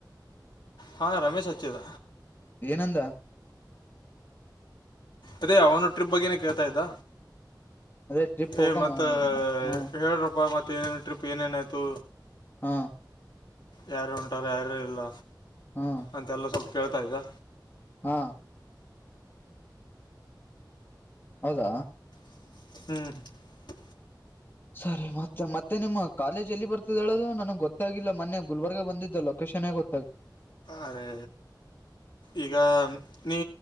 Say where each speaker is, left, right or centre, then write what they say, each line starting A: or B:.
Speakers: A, on the left; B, on the left.
A: ಹಾ ರಮೇಶ್ ಸಚ್ಚೇದ
B: ಏನಂದ
A: ಅ ಅವನು ಟ್ರಿಪ್ ಬಗ್ನ ಕೇಳ್ತಾ ಇದ್ದ
B: ಅದೇ ಟ್ರಿಪ್ ಹೋಗಮ್ಮ
A: ಏ ಮತ್ತ
B: ಹ್ಮ್
A: ಹೇಳ್ರಪ್ಪ ಮತ್ತ ಏನನು ಟ್ರಿಪ್ ಏನೇನಾಯ್ತು
B: ಹಾ
A: ಯಾರು ಉಂಟಾರ ಯಾರು ಇಲ್ಲ
B: ಹ್ಮ್
A: ಅಂತೆಲ್ಲ ಸ್ವಲ್ ಕೇಳ್ತಾ ಇದ್ದ
B: ಹಾ ಹೌದಾ
A: ಹ
B: ಸರಿ ಮತ್ತೆ ಮತ್ತೆ ನಿಮ್ಮ ಕಾಲೇಜ್ ಎಲ್ಲಿ ಬರ್ತದೆ ಹೇಳೋದು ನನಗೆ ಗೊತ್ತಾಗಿಿಲ್ಲ ಮನೆ ಗುಲ್ಬರ್ಗ ಬಂದಿದ್ದ ಲೊಕೇಶನ್ ಗೊ
A: ಅರೆ ಈಗ ನೀ